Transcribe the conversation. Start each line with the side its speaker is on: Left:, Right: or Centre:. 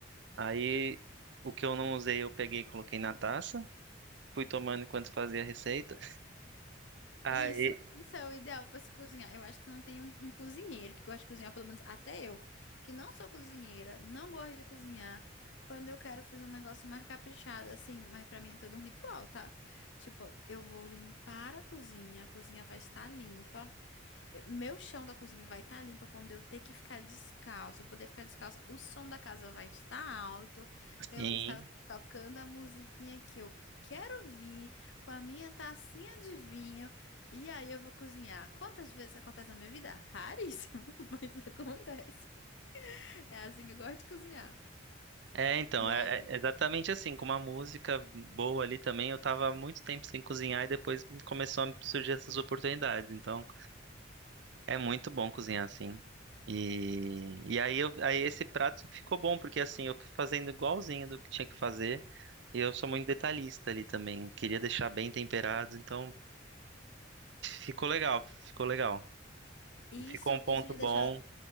Right: Aí, o que eu não usei, eu peguei e coloquei na taça. Fui tomando enquanto fazia a receita. Aí,
Left: Isso, isso é o ideal para se cozinhar. Eu acho que não tem um, um cozinheiro que gosta de cozinhar, pelo menos até eu, que não sou cozinheira, não gosto de cozinhar. Quando eu quero fazer um negócio mais caprichado, assim, mas para mim é todo um ritual, tá? Tipo, eu vou limpar a cozinha, a cozinha vai estar limpa eu- Meu chão da cozinha vai estar limpo pra onde eu ter que ficar descalça, eu poder ficar descalça. O som da casa vai estar alto. Eu
Right: sim.
Left: vou estar tocando a musiquinha que eu quero ouvir, com a minha tacinha de vinho. E aí eu vou cozinhar. Quantas vezes acontece na minha vida? Raríssimo, <laughs> mas acontece. É assim que eu gosto de cozinhar.
Right: É, então,
Left: E
Right: é,
Left: aí?
Right: é exatamente assim, com uma música boa ali também. Eu tava há muito tempo sem cozinhar e depois começou a surgir essas oportunidades. Então, É muito bom cozinhar assim. E, e aí, eu, aí esse prato ficou bom, porque assim, eu fui fazendo igualzinho do que tinha que fazer. E eu sou muito detalhista ali também. Queria deixar bem temperado, então ficou legal, ficou legal.
Left: Isso,
Right: Ficou um ponto
Left: isso de
Right: bom.
Left: deixar